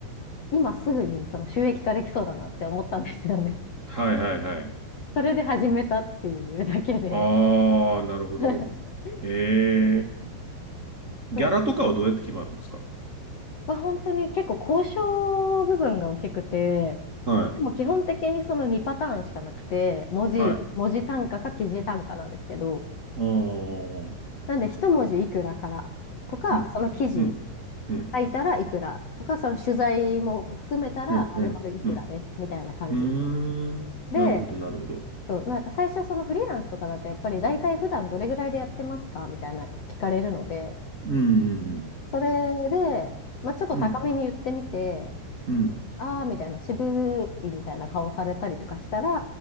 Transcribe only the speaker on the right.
はいはいはい。
ああ、なるほど。
ええ。ギャラとかはどうやって決まるんですか
はい。
はい
ああうん、
うん、
うん、う
ん、うん、うん。うーん、
なるほど、なるほど。
うん、うん、
うん、